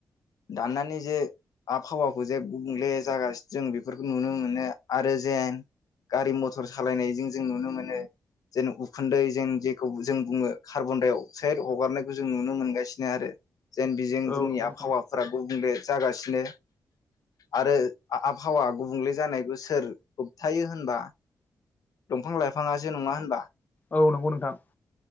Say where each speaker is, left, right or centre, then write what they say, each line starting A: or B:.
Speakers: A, on the left; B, on the left.
A: दाननानै जे आबहावाखौ जे गुबुंले जागासिनो जों बेफोरखौ नुनो मोनो आरो जेन गारि मथर सालायनायजों जों नुनो मोनो जेन उखुन्दै जों जेखौ जों बुङो कार्बन दडाइ अक्साइद हगारनायखौ जों नुनो मोनगासिनो आरो। जेन बिजों
B: औ
A: जोंनि
B: नंगौ
A: आबहावाफोरा
B: नोंथां
A: गुबुंले जागासिनो आरो आबहावा गुबुंले जानाय गोसो सोर होबथायो होनबा दंफां लाइफाङासो नङा होनबा
B: औ नंगौ नोंथां।